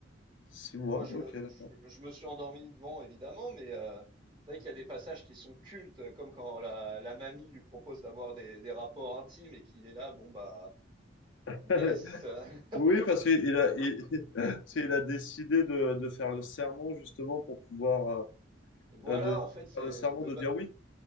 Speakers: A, on the left (about 80°); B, on the right (about 25°).
A: Six mois?
B: Moi, je,
A: Ok, d'accord.
B: je, je me suis endormi devant, évidemment, mais euh, c'est vrai qu'il y a des passages qui sont cultes, comme quand la, la mamie lui propose d'avoir des, des rapports intimes et qu'il est là, bon bah,
A: <laughs>
B: yes. <laughs>
A: Oui, parce qu'il a, il, <laughs> parce qu'il a décidé de, de faire le serment justement pour pouvoir
B: Voilà,
A: euh, euh, de, de
B: en fait, c'est
A: faire le serment
B: de
A: de
B: ba-
A: dire oui.